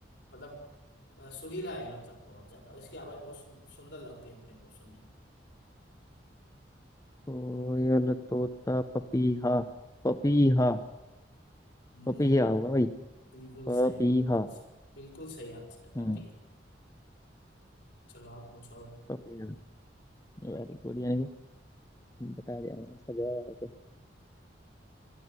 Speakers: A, on the left (about 80°); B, on the left (about 20°).
A: मतलब अ, सुरीला है मतलब बहुत ज्यादा और इसकी आवाज बहुत सु- सुंदर लगती है अपने को सुनने में।
B: कोयल तोता पपीहा पपीहा
A: हम्म
B: पपीहा होगा भाई
A: बिल्कुल
B: पपीहा
A: सही बिल्कुल सही बिल्कुल सही आंसर है बापिया
B: हम्म
A: चलो आप पूछो अब।
B: पपीहा वेरी गुड यानी कि बता दिया मैंने इसका जवाब आपको